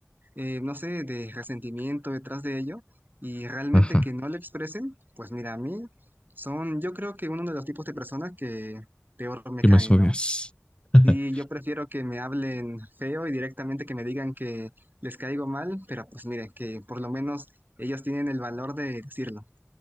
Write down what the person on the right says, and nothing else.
eh, no sé, de resentimiento detrás de ello y realmente
que no lo expresen, pues mira, a mí son, yo creo que uno de los tipos de personas que peor me
caen,
¿no?
Y yo prefiero que me hablen feo y directamente que me digan que les caigo mal, pero pues miren, que por lo menos ellos tienen el valor de decirlo.